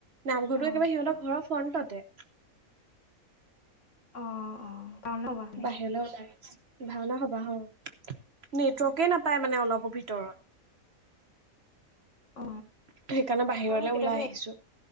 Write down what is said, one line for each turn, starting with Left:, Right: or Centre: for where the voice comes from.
Right: নামঘৰটো
Left: অ
Right: একেবাৰে সিহতৰ ঘৰৰ ফ্ৰন্টতে।
Left: অ অ। পাও ন বানে
Right: বাহিৰলৈ ওলাই ভাওনা হবা হ, নেটৱৰ্কে
Left: অ
Right: নাপায় মানে অলপো ভিতৰত।
Left: অ
Right: সেইকাৰণে বাহিৰলে
Left: হয় কেতিয়াবা
Right: ওলাই আহিছো।